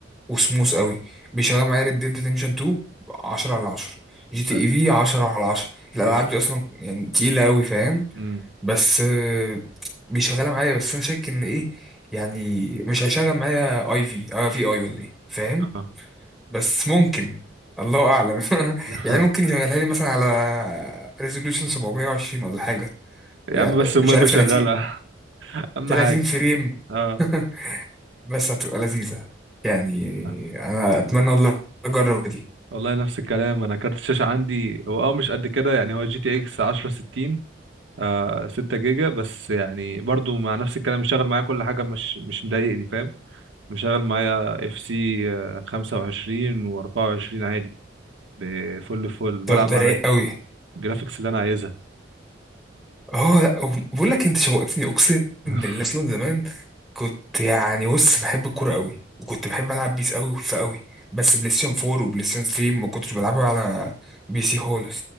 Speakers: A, in the centre; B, on the right.
A: وسموث قوي بيشغل معايا ريد ديد ريدمشن 2 10 على 10 جي تي
B: حلو
A: اي في 10 على 10 الألعاب
B: جامد
A: دي أصلا يعني تقيلة قوي فاهم
B: مم.
A: بس آه، بيشغلها معايا بس انا شاك ان ايه يعني مش هيشغل معايا اي في اه في اي ولا ايه فاهم
B: آه.
A: بس ممكن الله اعلم <laughs>
B: <laughs>
A: يعني ممكن يشغلها لي مثلا على ريزولوشن 720 ولا حاجه
B: يا
A: يعني
B: عم بس المهم
A: مش عارف
B: يشغلها
A: 30
B: <laughs> اهم
A: 30
B: حاجه
A: فريم
B: اه
A: <laughs> بس هتبقى لذيذه يعني
B: آه.
A: انا اتمنى والله اجرب دي
B: والله نفس الكلام انا كارت الشاشه عندي هو اه مش قد كده يعني هو جي تي اكس 1060 آه 6 جيجا بس يعني برضو مع نفس الكلام مشغل معايا كل حاجه مش مش مضايقني فاهم مشغل معايا اف سي 25 و24 عادي بفل فل بلعب
A: طب ده
B: على
A: رايق قوي
B: الجرافيكس اللي انا عايزها
A: اه لا أو- بقول لك انت شوقتني اقسم
B: <laughs>
A: بالله اصلا زمان كنت يعني بص بحب الكوره قوي وكنت بحب العب بيس قوي فقوي بس بلاي ستيشن 4 وبلاي ستيشن 3 ما كنتش بلعبها على بي سي خالص